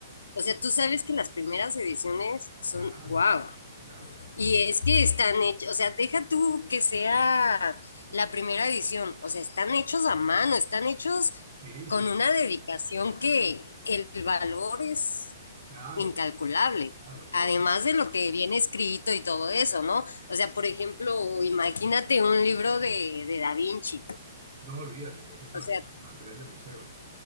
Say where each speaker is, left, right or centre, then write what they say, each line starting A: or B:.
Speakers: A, on the left; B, on the right.
A: o sea, tú sabes que las primeras ediciones son
B: Claro,
A: wow.
B: claro.
A: Y es que están hechos, o sea, deja tú que sea la primera edición, o sea, están hechos a mano, están hechos
B: Sí,
A: con
B: sí, sí.
A: una dedicación que el valor es
B: Claro,
A: incalculable,
B: claro, claro.
A: además de lo que viene escrito y todo eso, ¿no? O sea, por ejemplo, imagínate un libro de, de Da Vinci,
B: No olvídate, pues eso
A: o sea,
B: es material de museo,